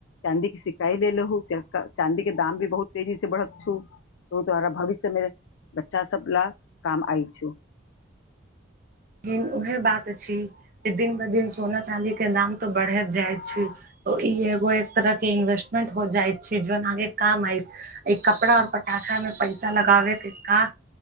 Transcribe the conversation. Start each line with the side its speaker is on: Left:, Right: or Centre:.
Left: चाँदी के सिक्का ही ले लहु जाक चाँदी के दाम भी बहुत तेजी से बढ़त छु त उ द्वारा भविष्य मे बच्चा सब ला काम आइ छु
Right: लेकिन उहे बात अछि जे दिन ब दिन सोना चांदी के दाम तो बढ़ैत जाय छै ओ ई एगो एक तरह के इन्वेस्टमेंट हो जाइ छै जोन आहाँ के काम आइत ई कपड़ा और पटाखा मे पैसा लगाबे के का